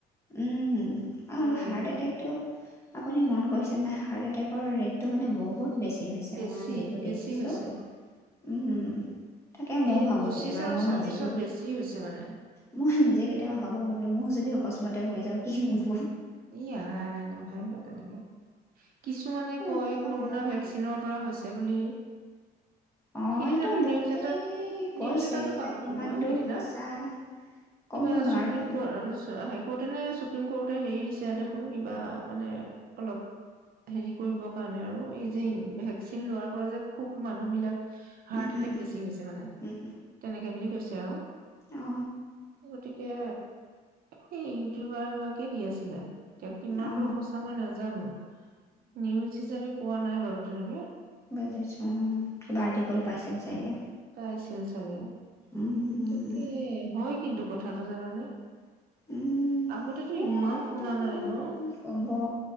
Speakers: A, on the left; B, on the right.
A: উম আৰু
B: বৰ বেয়া
A: হাৰ্ট
B: লাগে
A: এটেকটো আপুনি মন কৈছে নে হাৰ্ট এটেকৰ ৰেটটো মানে বহুত বেছি।
B: বেছি
A: মই যিটো
B: বেছি
A: দেিছো
B: হৈছে
A: উ তাকে ময়
B: এই
A: ভাবো
B: পঁচিশ
A: কেতিয়াবা
B: আৰু
A: মই
B: ছাব্বিশত
A: নিজেও
B: বেছি হৈছে মানে
A: মই নিজে কেতিয়াবা ভাবো বুলি মোৰ যদি অকস্মাত কি মাতে মই যাওঁ কি হব
B: ই আই! নেভাবিবা তেনেকে। কিছুমানে কয়,
A: মানুহৰ
B: কৰোণা
A: ভৰষা
B: ভেকচিনৰ
A: নাই
B: পৰা হৈছে। তে বুলি।
A: অ
B: সিদিনাটো
A: সেইটো বহুতেই
B: নিউজ এটাত,
A: কৈছে
B: নিউজ এটাটো
A: এতিয়া
B: পালোঁটো
A: কিমান
B: মই
A: দূৰ
B: সিদিনা।
A: সঁচা
B: কিবা
A: ক'ব নোৱাৰো
B: ছুপ্ৰিম ক-ৰ-চ-হা-হাই ক'ৰ্টে নে ছুপ্ৰিম ক'ৰ্ট তে হেৰি <unintelligible> এতিয়া দেখোন কিবা মানে অলপ, হেৰি কৰিবৰ কাৰণে আৰু এই যে, ভেকচিন লোৱাৰ পৰা যে খুব মানুহবিলাক হাৰ্ট
A: উম
B: এটেক
A: উম
B: বেছি হৈছে মানে
A: উম
B: তেনেকে বুলি কৈছে আৰু।
A: উম অ
B: গতিকে সেই ইউটিউবাৰ গৰাকীয়ে দি আছিলে এতিয়া কিমান
A: অ
B: দূৰ সঁচা মই নাজানো। নিউজ হিচাপে পোৱা নাই বাৰু। তেনেকে
A: বুজিছোঁ আৰু। কিবা আৰটিক'ল পাইছিল চাগে।
B: পাইছিল চাগে।
A: উম
B: তাকে, হয় কিন্তু কথাটো, জানানে?
A: উম।
B: আগতেতো
A: এ, এতিয়া
B: ইমান শুনা নাই
A: আৰু
B: ন
A: কি ক'ব,